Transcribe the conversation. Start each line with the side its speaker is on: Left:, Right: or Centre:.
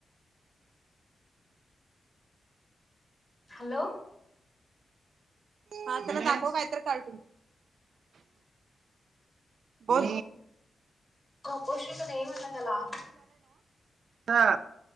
Left: हॅलो.
Right: हा त्याला दाखव काहीतर कार्टून हो.
Left: बोलशील की नाही म्हणल त्याला
Right: हा.